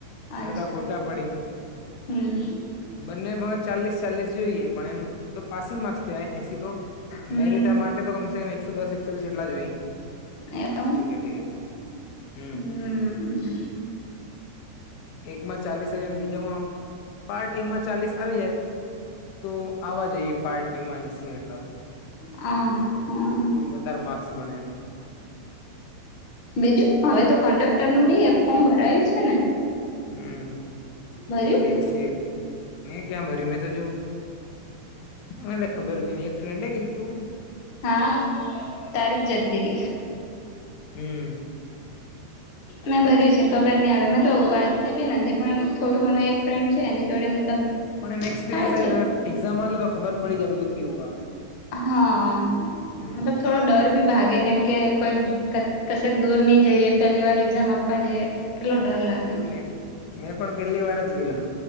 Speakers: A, on the left; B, on the left.
A: અચ્છા
B: અડધા ખોટા પડી ગયા.
A: હમ
B: બંને ભ ચાલીસ ચાલીસ જોઈએ પણ એમ તો પાસિંગ માર્ક્સ કહેવાય એસી તો
A: હમ
B: મેરિટ માટે તો કમસે કમ એકસો દસ એકસો વીસ એટલા જોઈએ
A: એવમ
B: કેટ કે હમ
A: હમ
B: એકમાં ચાલીસ એમ બીજા માં પાર્ટ એમાં ચાલીસ આવી જાય. તો આવા જઈએ પાર્ટ બીમાં એસીી એટલા તો
A: હા હ
B: એ વધારે માર્ક્સ ભણે એમ
A: બીજું હવે તો કંડક્ટર નું બી એક ફોર્મ ભરાયું છે ને
B: હમ
A: ભર્યું
B: એ છેી મેં ક્યાં ભરી મેં તો જો મને ખબર ભી નઈ એક ફ્રેન્ડે કીધું તુ
A: હા તારીખ જાતી ર
B: હમ
A: મેં ભર્યું છે ખબર નહી આવે મેં તો વાંચતી બી નથી પણ થોડું ઘણું એક ફ્રેન્ડ છે એની જોડે મતલબ
B: પણ એમ એક્સપિરિયન્સ
A: થાય
B: આવે
A: છે.
B: તમે એક્ઝામ આલો તો ખબર પડી જાય બધું કેવું આવે
A: હા
B: હમ
A: મતલબ થોડો ડર ભી ભાગે કેમ કે કોઈક કશેક દૂર નહી જઈએ પેહેલી વાર એક્ઝામ આપવા જઈએ કેટલો ડર લાગે
B: તો મે મેં પણ પહેલી વાર જ ગેલા